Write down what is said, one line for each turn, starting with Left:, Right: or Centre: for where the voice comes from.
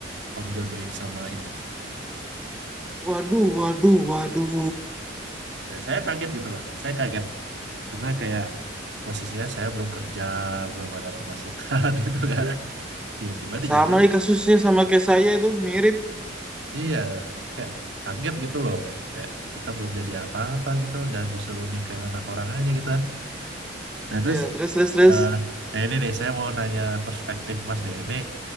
Right: om jodohin sama ini?
Centre: Waduh, waduh, waduh.
Right: Saya, saya kaget gitu loh. Saya kaget karena kayak posisinya saya belum kerja, belum ada pemasukan <laughs> gitu kan. Tiba-tiba dijodohin
Centre: Sama nih kasusnya sama kayak saya itu, mirip.
Right: Iya, kayak kaget gitu loh. Kayak kita belum jadi apa-apa gitu, udah disuruh nikahin anak orang aja gitu kan. Nah terus,
Centre: Ya, terus, terus, terus.
Right: eh nah ini nih saya mau nanya perspektif Mas nih. Ini